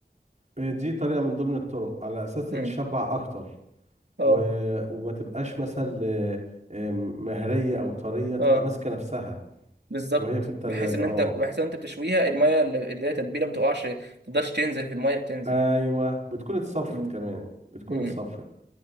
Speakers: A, on the right (about 45°); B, on the right (about 75°).
A: دي طريقة من ضمن الطرق على اساس تتشبع
B: امم
A: اكتر
B: اه
A: و... وما تبقاش مثلا آه، مهرية او طرية تبقى
B: اه
A: ماسكة نفسها
B: بالظبط
A: وهي في التلاجة
B: بحيث ان
A: اه
B: انت بحيث ان انت بتشويها المية اللي اللي هي تتبيله ما تقعش ما تقدرش تنزل في المية بتنزل
A: ايوه بتكون اتصفت
B: امم
A: كمان بتكون
B: امم
A: اتصفت